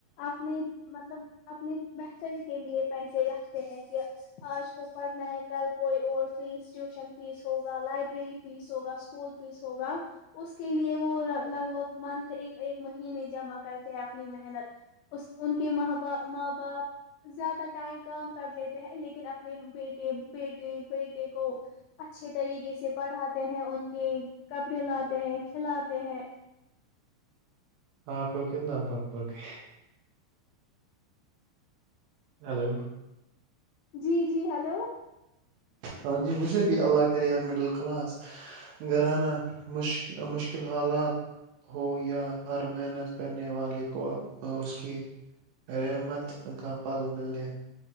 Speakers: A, on the left; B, on the right.
A: اپنی مطلب اپنی بہتری کے لیے پیسے رکھتے ہیں کہ آج کو پڑھنا ہے کل کوئی اور فیس ٹیوشن فیس ہوگا لائبریری فیس ہوگا اسکول فیس ہوگا اس کے لیے وہ لگ بھگ منتھ ایک ایک مہینے جمع کرتے ہیں اپنی محنت اس ان کے ماں با ماں باپ زیادہ ٹائم کام کر لیتے ہیں لیکن اپنے بیٹے بیٹے بیٹے کو اچھے طریقے سے پڑھاتے ہیں ان کے کپڑے لاتے ہیں کھلاتے ہیں
B: آپ کو کتنا بگ بگ ہے ہیلو
A: جی جی ہلو
B: ہاں جی مجھے بھی اللہ کرے ہر مڈل کلاس گھرانا مش مشکل حالات ہو یا ہر محنت کرنے والے کو اس کی رحمت کا پل مل دے